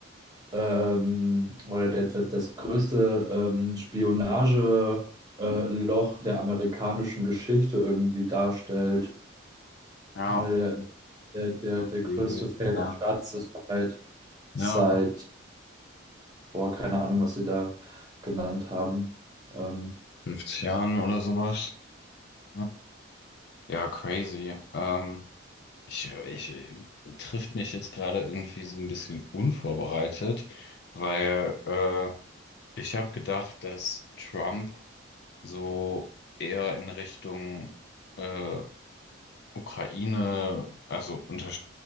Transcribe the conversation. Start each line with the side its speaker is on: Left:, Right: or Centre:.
Right: ähm, oder der, der, das größte ähm, Spionage, äh, Loch der amerikanischen Geschichte irgendwie darstellt.
Left: Ja,
Right: Oder der, der, der,
Left: das
Right: der
Left: geht.
Right: größte Fehler
Left: Ja.
Right: der Staatssicherheit
Left: Ja,
Right: seit Boah, keine Ahnung, was sie da genannt haben. Ähm,
Left: 50 Jahren oder sowas. Hm. Ja, crazy. Ähm, ich, ich äh, trifft mich jetzt gerade irgendwie so ein bisschen unvorbereitet, weil äh, ich habe gedacht, dass Trump so eher in Richtung äh, Ukraine, also unter,